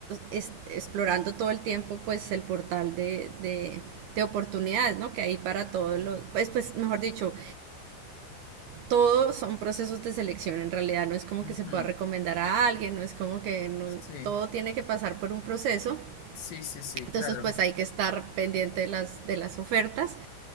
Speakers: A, on the right; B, on the left.
A: es, explorando todo el tiempo pues el portal de, de, de oportunidades, ¿no? Que hay para todos los, pues, pues mejor dicho, todos son procesos de selección en realidad, no es como
B: Ujú.
A: que se pueda recomendar a alguien, no es como que no,
B: Sí,
A: todo tiene que pasar por un proceso,
B: sí, sí, sí,
A: entonces
B: claro.
A: pues hay que estar pendiente de las, de las ofertas,